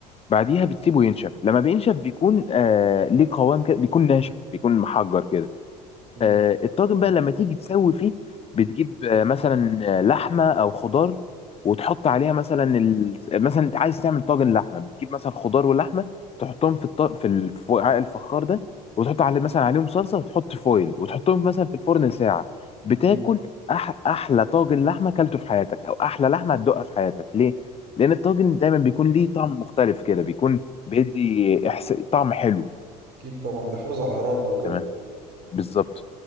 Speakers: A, on the left; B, on the right.
A: بعديها بتسيبه ينشف لما بينشف بيكون آه، ليه قوام كده بيكون ناشف بيكون محجر كده
B: مم.
A: آه، الطاجن بقى لما تيجي تسوي فيه بتجيب آه، مثلا آه، لحمه او خضار وتحط عليها مثلا ال... مثلا انت عايز تعمل طاجن لحمه بتجيب مثلا خضار ولحمه تحطهم في الط... في ال- في وعاء الفخار ده وتحط عليه مثلا عليهم صلصه وتحط فويل وتحطهم مثلا في الفرن ساعه بتاكل
B: مم.
A: أح... احلى طاجن لحمه اكلته في حياتك او احلى لحمه هتدوقها في حياتك ليه لان الطاجن دايما بيكون ليه طعم مختلف كده بيكون بيدي إحس... طعم حلو
B: اكيد طبعا بيحافظ على حرارته وكده
A: تمام بالظبط